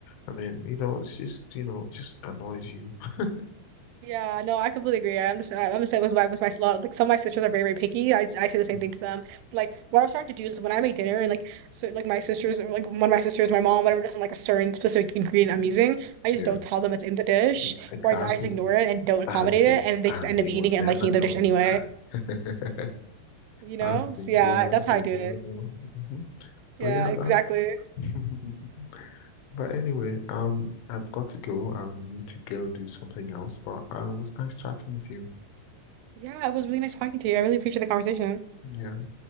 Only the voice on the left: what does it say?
And then, you know, it's just, you know, just annoys you. <laughs>
Mm.
Yeah,
e- exactly.
And they
and
they
would
never
know.
<laughs>
I
think,
yeah,
they
never
know. Mhm.
But yeah,
that. <laughs> But anyway, um, I've got to go. I need to go do something else. But uh, it was nice chatting with you.
Yeah.